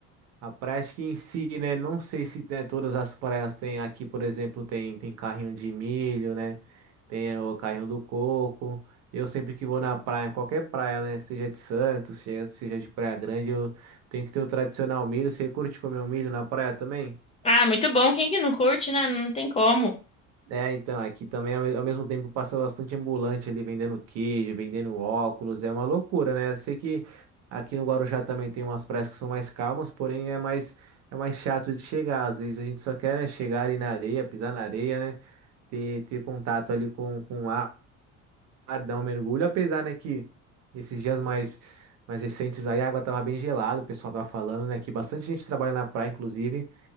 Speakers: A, on the right; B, on the left.
A: A praia acho que em si, né? Não sei se né, todas as praias têm aqui, por exemplo, tem, tem carrinho de milho, né? Tem o carrinho do coco. Eu sempre que vou na praia, em qualquer praia, né? Seja de Santos, seja seja de Praia Grande, eu tenho que ter o tradicional milho. Você curte comer o milho na praia também?
B: Ah, muito bom. Quem que não curte, né? Não tem como.
A: É, então, aqui também, ao me- ao mesmo tempo, passa bastante ambulante ali vendendo queijo, vendendo óculos, é uma loucura, né? Eu sei que aqui no Guarujá também tem umas praias que são mais calmas, porém é mais, é mais chato de chegar. Às vezes a gente só quer, né, chegar ali na areia, pisar na areia, né? Ter, ter contato ali com, com o ar, dar um mergulho, apesar, né, que esses dias mais, mais recentes aí a água tava bem gelada, o pessoal tava falando, né, que bastante gente trabalha na praia, inclusive.